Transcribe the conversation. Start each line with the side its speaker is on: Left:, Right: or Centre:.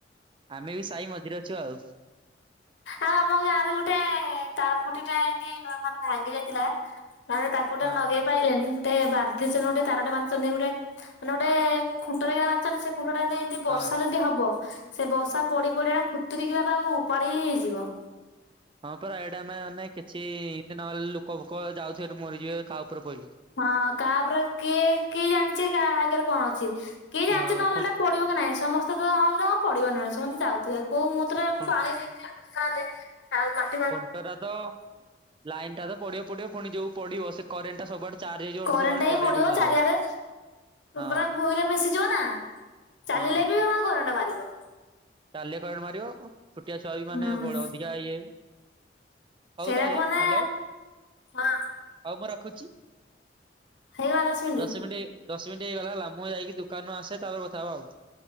Right: ଆମେ ବି ସାଇ ମଝିରେ ଅଛୁ ଆଉ।
Left: ଆଉ ଆମ ଗାଁରେ ଗୁଟେ ତାର କଠୀ ଟେ ଏମତି ମାନେ ଭାଙ୍ଗି ଯାଇଥିଲା। ମାନେ ତାକୁ ତ
Right: ହଁ
Left: ନଗେଇ ପାଇଲେଣି ଗୁଟେ ବାନ୍ଧିଛନ୍ତି ଗୁଟେ ତାରଟେ ବାନ୍ଧିଛନ୍ତି ଗୁଟେ ମାନେ ଗୁଟେ ଖୁଣ୍ଟରେ କିନା ବାନ୍ଧିଛନ୍ତି ସେ ଖୁଣ୍ଟ ଟା ମାନେ ଏମିତି
Right: ହଁ
Left: ବର୍ଷା ଯଦି ହବ ସେ ବର୍ଷା ପଡି ପଡିକା ଏକା କୁତୁରିକି ବା ଆଉ ଉପାଡି ହିଁ ହେଇଯିବ।
Right: ହଁ ପା ଏଇଟା ଆମେ ମାନେ କିଛି ଏମତି ନହେଲେ ଲୋକ ଫୋକ ଯାଉଥିବ ଏଠି ମରିଯିବେ କାହା ଉପରେ ପଡିଲେ।
Left: ହଁ କାପରେ କିଏ କିଏ ଜାଣିଛି କାହା ଆଗରେ କଣ ଅଛି। କେହି ଜାଣିନ୍ତି
Right: ହଁ
Left: ନହେଲେ
Right: ଖୁ
Left: ଏଟା ପଢିବ କି ନହିଁ ସମସ୍ତେ ତ ଆଁ ପଢିବ ନୁଁ ସମସ୍ତେ ଯାଉଥିବେ। ହଉ ମୁଁ ତରେ
Right: ଖୁ
Left: ପାଣି ବିକିବି ତାହେଲେ ତାରେ ମା
Right: ଖୁଣ୍ଟ ଟା ତ ଲାଇନ ଟା ତ ପଡିବ ପଡିବ ପୁଣି ଯୋଉ ପଡିବ ସେ କରେଣ୍ଟ ଟା ସବୁଆଡେ ଚାର୍ଜ ହେଇଯିବ ଗୋଟେ
Left: କରେଣ୍ଟ
Right: ସବୁଆଡେ
Left: ଟା ବି ପଡିବ
Right: ମାରିବ
Left: ଚାରିଆଡେ।
Right: ହଁ
Left: ପୁରା ଭୂଇଁରେ ମିଶିଯିବ ନା ଚାଲିଲେ
Right: ହଁ
Left: ବି ମା କରେଣ୍ଟ ମାରିବ।
Right: ନାଲିଆ କରେଣ୍ଟ ମାରିବ ଛୋଟିଆ ଛୁଆ ବି ମାନେ
Left: ହୁଁ
Right: ଅଧିକା ଇଏ ହଉ
Left: ସେଇରାକୁ
Right: ତାହେଲେ
Left: ମାନେ
Right: ହାଲୋ।
Left: ହଁ
Right: ହଉ ମୁଁ ରଖୁଚି
Left: ହେଇଗଲା ମିନିଟ୍।
Right: ଦଶ ମିଣ୍ଟି ହେ ଦଶ ମିନିଟ ହେଇଗଲା ହେଲା ମୁଁ ଯାଇକି ଦୋକାନରୁ ଆସେ ତାପରେ କଥା ହବା ଆଉ।